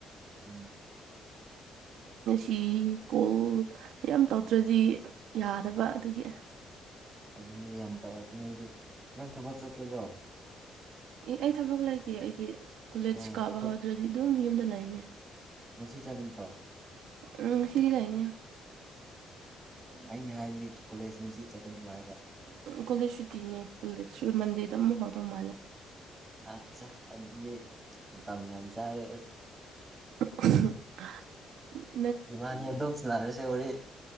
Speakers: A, on the right (about 20°); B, on the right (about 85°).
A: ꯎꯝ
B: ꯇꯤ ꯀꯣꯜ ꯌꯥꯝ ꯇꯧꯗ꯭ꯔꯗꯤ ꯌꯥꯗꯕ ꯑꯗꯨꯒꯤ
A: ꯑꯗꯨꯅꯤ ꯌꯥꯝ ꯇꯧꯔꯛꯀꯅꯤꯗꯤ ꯅꯪ ꯊꯕꯛ ꯆꯠꯀꯦꯗ꯭ꯔꯣ
B: ꯑꯩ ꯊꯕꯛ ꯂꯩꯇꯦ ꯑꯩꯗꯤ ꯀꯣꯂꯦꯖ
A: ꯑꯣ
B: ꯀꯥꯕ
A: ꯑꯗꯣ
B: ꯍꯧꯗ꯭ꯔꯗꯤ ꯑꯗꯨꯝ ꯌꯨꯝꯗ ꯂꯩꯅꯦ
A: ꯉꯁꯤ ꯆꯥꯒꯗ꯭ꯔꯣ
B: ꯎꯝ ꯉꯁꯤꯗꯤ ꯂꯥꯏꯅꯤ
A: ꯑꯩꯅ ꯍꯥꯏꯔꯤꯗꯤ ꯀꯣꯂꯦꯖ ꯉꯁꯤ ꯆꯠꯀꯗ꯭ꯔꯣ ꯍꯥꯏꯕ
B: ꯀꯣꯂꯦ ꯁꯨꯇꯤꯅꯦ ꯀ ꯃꯟꯦꯗ ꯑꯃꯝ ꯍꯧꯥꯎꯗꯧ ꯃꯥꯜꯂꯦ
A: ꯑꯠꯆꯥ ꯑꯗꯨꯗꯤ ꯃꯇꯝ ꯌꯥꯝ ꯆꯥꯔꯦ
B: <unintelligible> <inaudible>
A: ꯏꯃ ꯑꯦꯨꯝ ꯆ ꯂꯥꯔꯁꯦ ꯋꯥꯔꯤ